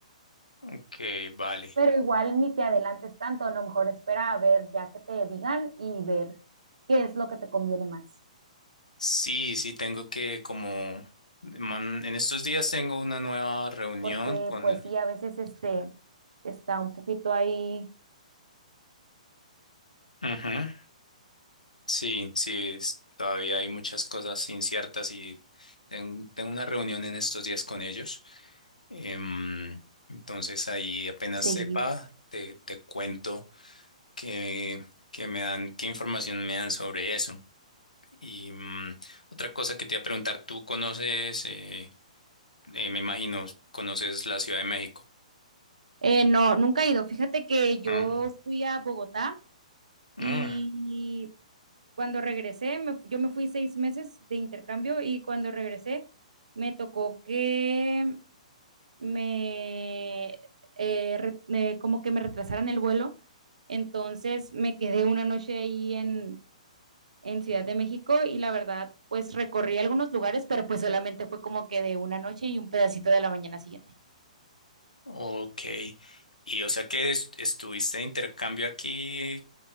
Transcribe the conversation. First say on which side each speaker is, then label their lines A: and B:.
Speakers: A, on the left (about 75°); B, on the right (about 65°).
A: Ok, vale.
B: Pero igual ni te adelantes tanto, a lo mejor espera a ver ya que te digan y ver qué es lo que te conviene más.
A: Sí, sí, tengo que como man- en estos días tengo una nueva reunión
B: porque
A: con
B: pues
A: el-
B: sí, a veces este está un poquito ahí
A: Ujú. Sí, sí, es- todavía hay muchas cosas inciertas y ten- tengo una reunión en estos días con ellos. Em, entonces ahí apenas
B: seguido.
A: sepa, te, te cuento qué, qué me dan, qué información me dan sobre eso. Y mm, otra cosa que te iba a preguntar, ¿tú conoces, eh, eh, me imagino, conoces la Ciudad de México?
B: Eh, no, nunca he ido. Fíjate que yo
A: Mm.
B: fui a Bogotá y
A: Mm.
B: cuando regresé, me- yo me fui seis meses de intercambio y cuando regresé me tocó que me, eh, re- me- como que me retrasaran el vuelo. Entonces me quedé una noche ahí en, en Ciudad de México y la verdad, pues recorrí algunos lugares, pero pues solamente fue como que de una noche y un pedacito de la mañana siguiente.
A: Ok. Y o sea que es- estuviste de intercambio aquí